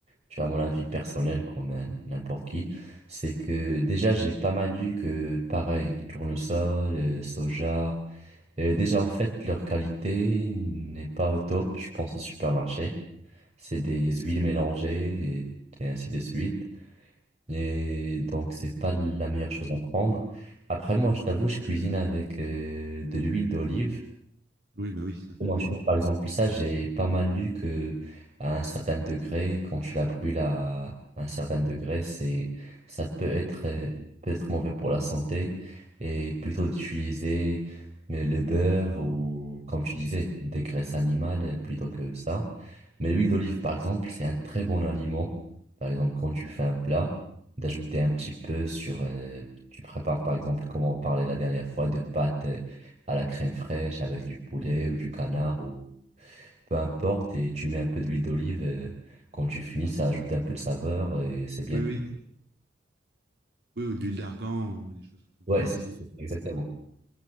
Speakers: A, on the right (about 35°); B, on the right (about 60°).
A: tu vois, mon avis personnel, qu'on a n'importe qui, c'est que déjà, j'ai pas mal lu que, pareil, tournesol, euh, soja, Euh, déjà, en fait, leur qualité n'est pas au top, je pense, au supermarché. C'est des huiles mélangées et, et ainsi de suite. Et donc, c'est pas la meilleure chose à prendre. Après, moi, je t'avoue, je cuisine avec euh, de l'huile d'olive.
B: Oui, bah oui, ça,
A: Moi,
B: oui.
A: tu vois, par exemple, ça, j'ai pas mal lu que à un certain degré, quand tu la brûles à un certain degré, c'est, ça peut être, euh, peut être mauvais pour la santé et plutôt d'utiliser euh, le beurre ou, comme tu disais, des graisses animales euh, plutôt que ça. Mais l'huile d'olive, par exemple, c'est un très bon aliment. Par exemple, quand tu fais un plat, d'ajouter un petit peu sur, euh, tu prépares, par exemple, comme on parlait la dernière fois, de pâtes à la crème fraîche avec du poulet ou du canard ou peu importe et tu mets un peu d'huile d'olive et quand tu finis ça ajoute un peu de saveur et c'est bien.
B: Oui, oui, oui, ou de l'huile d'argan ou des choses comme
A: Ouais,
B: ça aussi.
A: c'est- c'est- exactement.